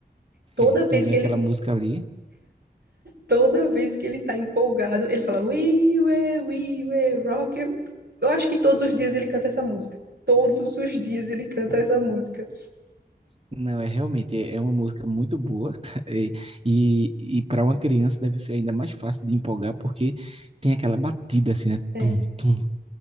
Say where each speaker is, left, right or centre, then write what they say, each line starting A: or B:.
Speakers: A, on the right; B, on the right.
A: Toda
B: É, também
A: vez que
B: aquela
A: ele
B: música ali.
A: toda vez que ele tá empolgado, ele fala We were, we were rock. You." Eu acho que todos os dias ele canta essa música. Todos os dias ele canta essa música.
B: Não, é realmente é é uma música muito boa <laughs> e, e, e para uma criança deve ser ainda mais fácil de empolgar porque tem aquela batida assim, né?
A: É,
B: Tum, tum,